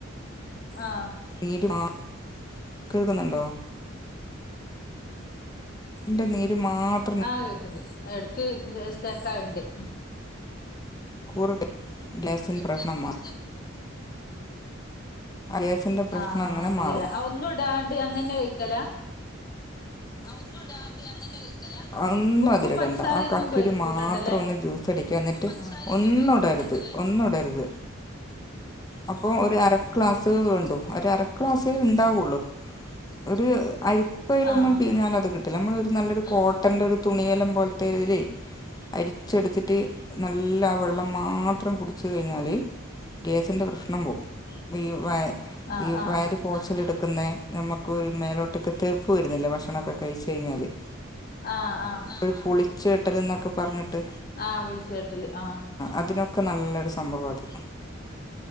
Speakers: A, on the left; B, on the left.
A: ആഹ്
B: <unintelligible> കേൾക്കുന്നുണ്ടോ ന്റെ നീര് മാത്ര
A: ആഹ് കേക്കണ്ട് ഇടക്ക് സ്റ്റെക്കാവ്ണ്ട് ഉം
B: കുർ ഗ്യാസിൻ പ്രശ്നം മാ ഗ്യാസിൻ്റെ പ്രശ്നം
A: ആണല്ലേ
B: അങ്ങനെ മാറും
A: ആഹ് ഒന്നും ഇടാണ്ട് അങ്ങന്നെ കഴിക്കലാ?
B: ഒന്നുടാണ്ട് അങ്ങന്നെ കഴിക്കലാ ഒന്നും
A: ഉപ്പും
B: അതിലിടണ്ട
A: പഞ്ചസാരൊന്നും
B: ആഹ് കക്കിരി
A: കഴ കൂട്ടണ്ടല്ലേ
B: മാത്രം ഒന്ന് ജ്യൂസ് അടിക്കാ എന്നിട്ട്
A: ആഹ്
B: ഒന്നുടർത് ഒന്നുടർത് അപ്പൊ ഒരു അര ക്ലാസ് സേ വേണ്ടു ഒര് അരക്ലാസേ ഇണ്ടാവുള്ളൂ ഒരു ആഴ് ഇപ്പയ്ലൊന്നും
A: ആഹ്
B: പിഞ്ഞാൽ അത് കിട്ടില്ല നമ്മള ഒരു നല്ലൊരു കോട്ടന്റെ ഒരു തുണിയേല്ലാം പോലത്തെല് അരിച്ചെടുത്തിട്ട് നല്ല വെള്ളം മാത്രം കുടിച്ച് കഴിഞ്ഞാല് ൻ്റെ പ്രശ്നം പോകും ഈ വ
A: ആഹ്
B: ഈ
A: ആഹ്
B: വയറ പോച്ചിലെടുക്കുന്നെ നമുക്കൊരു മേലോട്ടൊക്കെ തേപ്പ് വരുന്നില്ല ഭക്ഷണമൊക്കെ കഴിച്ച് കഴിഞ്ഞാല്
A: ആഹ് ആഹ്
B: ഒരു പുളിച്ചീട്ടലെന്നൊക്കെ പറഞ്ഞിട്ട്
A: ആഹ് പൊളിച്ചു തട്ടല് ആഹ്
B: അതിനൊക്കെ ഒക്കെ നല്ലൊരു സംഭവാ അത്